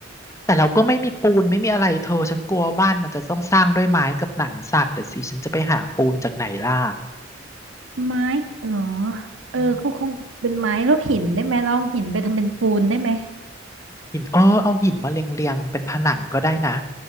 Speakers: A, on the left; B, on the right.
A: แต่เราก็ไม่มีปูนไม่มีอะไรเธอฉันกลัวบ้านมันจะต้องสร้างด้วยไม้กับหนังสัตว์แต่สิฉันจะไปหาปูนจากไหนล่ะ
B: ไม้เหรอเออก็คงเป็นไม้แล้วหินได้ไหมเราเอาหินไปทำเป็นปูนได้ไหม
A: อืม หินเออเอาหินมาเรียงเรียงเป็นผนังก็ได้นะ